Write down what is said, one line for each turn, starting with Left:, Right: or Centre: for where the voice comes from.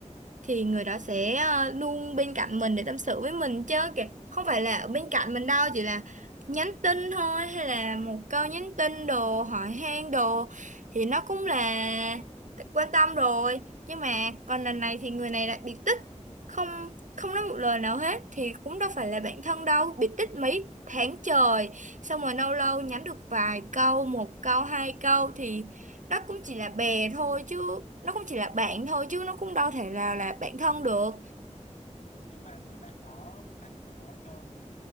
Right: thì người đó sẽ ờ, luôn bên cạnh mình để tâm sự với mình chứ kìa không phải là ở bên cạnh mình đâu chỉ là nhắn tin thôi hay là một câu nhắn tin đồ hỏi han đồ thì nó cũng là quan tâm rồi nhưng mà còn lần này thì người này lại biệt tích không không nói một lời nào hết thì cũng đâu phải là bạn thân đâu biệt tích mấy tháng trời xong rồi lâu lâu nhắn được vài câu một câu hai câu thì nó cũng chỉ là bè thôi chứ nó cũng chỉ là bạn thôi chứ nó cũng đâu thể nào là bạn thân được
Left: nhưng mà người bạn đó bạn có nói cho